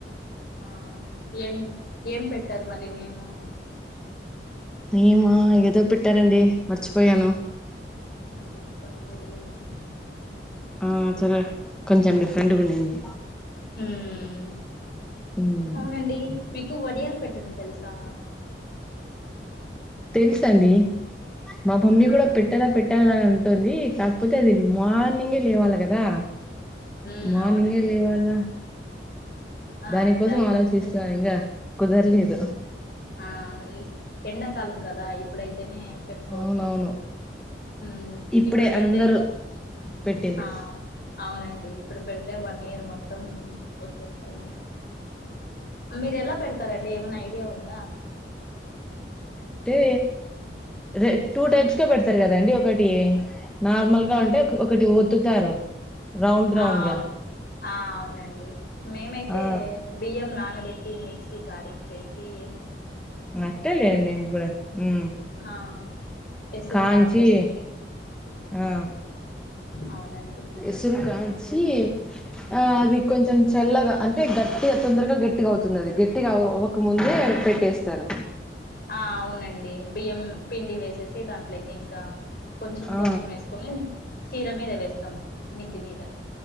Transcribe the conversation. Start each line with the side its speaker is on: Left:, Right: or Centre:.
Left: ఆ ఏం ఏం పెట్టారు మళ్ళీ నేము
Centre: నేమా ఏదో పెట్టారండి మర్చిపోయాను
Left: ఆ పర్లేదు లెండి
Centre: ఆ చాలా కొంచెం డిఫరెంట్గా ఉండంది
Left: ఉమ్
Centre: మ్
Left: అవునండి మీకు వడియాలు పెట్టడం తెలుసా
Centre: తెలుసండి మా మమ్మీ
Left: ఆ
Centre: కూడా పెట్టలా పెట్టాలంట ఉంటుంది కాకపోతే అది మార్నింగే లేవాలి కదా
Left: ఉమ్
Centre: మార్నింగే
Left: అవునండి
Centre: లేవాలా
Left: ఆ
Centre: దాని కోసం
Left: దానికంటూ
Centre: ఆలోచిస్తాన్నాను ఇంకా కుదరలేదు
Left: ఆ ఎస్ ఎండాకాలం కదా ఇప్పుడైతేనే పెట్టుకోవచ్చు
Centre: అవునవును
Left: ఉమ్
Centre: ఇప్పుడే
Left: ఇప్పుడు పెడితే
Centre: అందరూ పెట్టేది
Left: హా అవునండి ఇప్పుడు పెడితే వన్ ఇయర్ మొత్తం వచ్చేస్తాయి ఇంకా మీరు ఎలా పెడతారండి ఏమైనా ఐడియా ఉందా
Centre: అంటే ర టూ టైప్స్ గా పెడతారు కదాండి ఒకటి నార్మల్ గా
Left: ఆ
Centre: ఉంటే ఒకటి ఒత్తుతారు రౌండ్ రౌండ్
Left: ఆ అవును
Centre: గా
Left: ఆ అవునండి మేమైతే
Centre: ఆ
Left: బియ్యం నన పెట్టి మిక్సీ ఆడిచేసి
Centre: అంతెలేండి మేము కూడా ఉమ్
Left: ఆ ఎసురు
Centre: కాంచి
Left: కాగబెట్టి
Centre: ఆ
Left: అవునండి
Centre: ఎసరు కంచి ఆ అది కొంచెం చల్లగా అంటే గట్టిగా తొందరగా గట్టిగా అవుతుంది అది గట్టిగా అవకముందే పెట్టే స్తారు
Left: ఆ అవునండి బియ్యం పిండి వేసేసి దాంట్లోకి ఇంకా కొంచెం
Centre: ఆ
Left: కొంచెం వేసుకొని చీర మీద వేస్తాం మిద్ది మీద